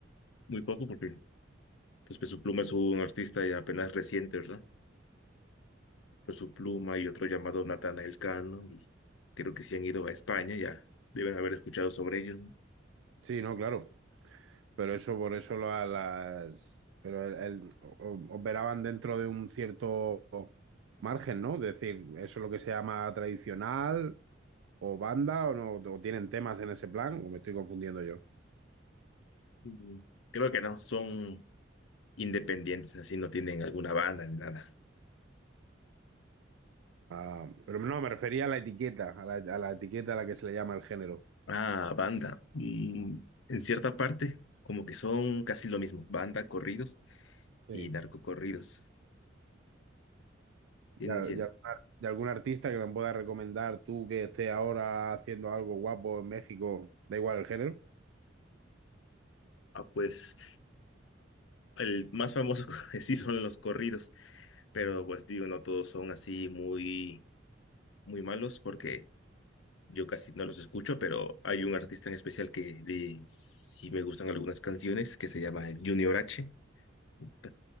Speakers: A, on the left; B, on the right.
A: muy poco porque pues, Peso Pluma es un artista ya apenas reciente, ¿verdad? Peso Pluma y otro llamado Natanael Cano, y creo que si han ido a España ya deben haber escuchado sobre ellos. ¿no?
B: Sí, no, claro, pero eso por eso la- las, pero el- el- o- operaban dentro de un cierto margen, ¿no? Es decir, eso es lo que se llama tradicional o banda o no, o tienen temas en ese plan, o me estoy confundiendo yo.
A: Mm, Creo que no, son independientes, así no tienen alguna banda ni nada.
B: Ah, pero no, me refería a la etiqueta, a la, a la etiqueta a la que se le llama el género.
A: Ah, banda. mm, en cierta parte, como que son casi lo mismo, banda, corridos
B: Sí.
A: y narcocorridos. Tienen
B: Y, a-
A: cien-
B: y a- y algún artista que me pueda recomendar tú que esté ahora haciendo algo guapo en México, da igual el género.
A: Ah, pues el más famoso <laughs> sí son los corridos pero pues digo, no todos son así muy, muy malos porque yo casi no los escucho, pero hay un artista en especial que de, sí me gustan algunas canciones que se llama Junior H. Ta-